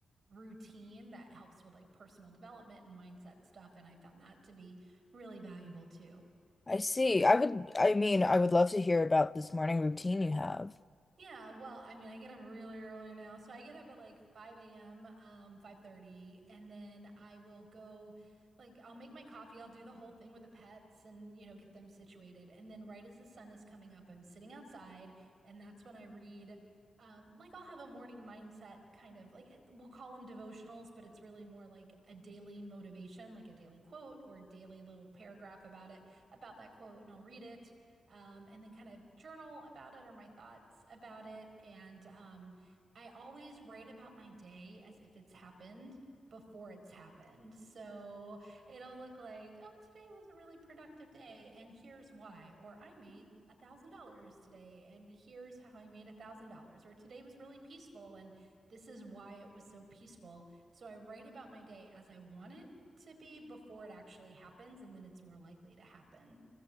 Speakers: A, on the right; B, on the left.
A: routine that helps with like personal development and mindset stuff. And I found that to be really valuable too.
B: I see. I would, I mean, I would love to hear about this morning routine you have.
A: Yeah, well, I mean, I get up really early now. So I get up at like 5 a.m., um, 5:30, and then I will go like I'll make my coffee, I'll do the whole thing with the pets and, you know, get them situated. And then right as the sun is coming up, I'm sitting outside, and that's when I read um, like I'll have a morning mindset kind of like it- we'll call them devotionals, but it's really more like a daily motivation, like a daily quote or daily little paragraph about it, about that quote, and I'll read it, um, and then kind of journal about it or my thoughts about it. And um, I always write about my day as if it's happened before it's happened. So it'll look like, oh, today was a really productive day, and here's why. Or I made a thousand dollars today, and here's how I made a thousand dollars. Or today was really peaceful, and this is why it was so peaceful. So I write about my day as I want it to be before it actually happens, and then it's more likely to happen.